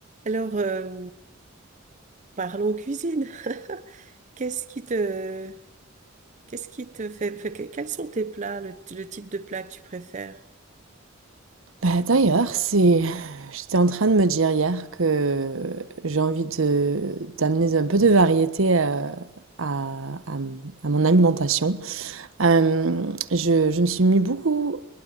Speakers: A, on the right; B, on the right.
A: Alors, euh, parlons cuisine. <laughs> Qu'est-ce qui te, qu'est-ce qui te fait, fait que- quels sont tes plats, le, le type de plat que tu préfères?
B: Bah, d'ailleurs, c'est... J'étais en train de me dire hier que j'ai envie de d'amener un peu de variété euh, à, à, à mon alimentation. Euh, je, je me suis mis beaucoup...